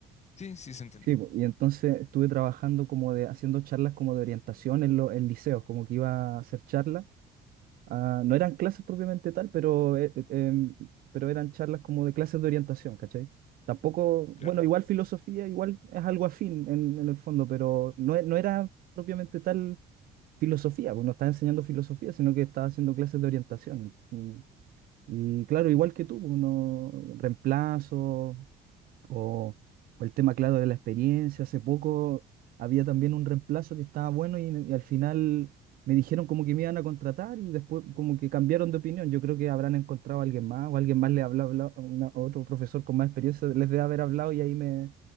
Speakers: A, on the left; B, on the right.
A: Sí, sí se entiende,
B: Sí, po, y entonces estuve trabajando como de, haciendo charlas como de orientación en, lo- en liceos, como que iba a hacer charlas. Ah, no eran clases propiamente tal, pero, eh, eh, em, pero eran charlas como de clases de orientación, ¿cachai? Tampoco,
A: claro.
B: bueno, igual filosofía, igual es algo afín en, en el fondo, pero no, e- no era propiamente tal filosofía, pues no estaba enseñando filosofía, sino que estaba haciendo clases de orientación. Y, y claro, igual que tú, uno reemplazo, o, o el tema, claro, de la experiencia. Hace poco había también un reemplazo que estaba bueno y, y al final me dijeron como que me iban a contratar y después como que cambiaron de opinión. Yo creo que habrán encontrado a alguien más o alguien más le habló, habló- a una- a otro profesor con más experiencia les debe haber hablado y ahí me,